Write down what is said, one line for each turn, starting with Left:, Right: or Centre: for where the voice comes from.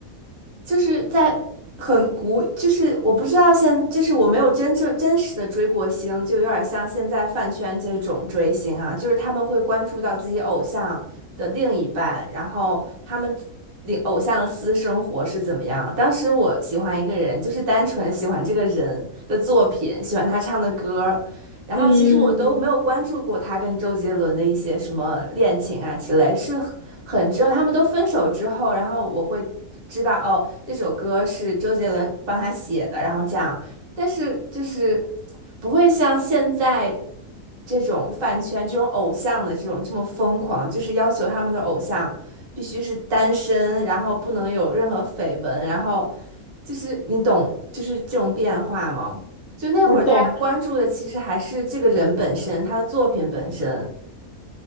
Right: 就是在很古，就是我不知道现，就是我没有真正真实的追过星，就有点像现在饭圈这种追星啊，就是他们会关注到自己偶像的另一半，然后他们自。领偶像的私生活是怎么样？当时我喜欢一个人，就是单纯喜欢这个人的作品，喜欢他唱的歌，然后其实我都没有关注过他跟周杰伦的一些什么恋情啊之类，
Left: 嗯，
Right: 是很很只有他们都分手之后，然后我会知道哦，这首歌是周杰伦帮他写的，然后这样，但是就是不会像现在这种饭圈、这种偶像的这种这么疯狂，就是要求他们的偶像必须是单身，然后不能有任何绯闻，然后就是你懂，就是这种变化吗？就那会儿大家关注的其实还是这个人本身，
Left: 我懂，
Right: 他的作品本身，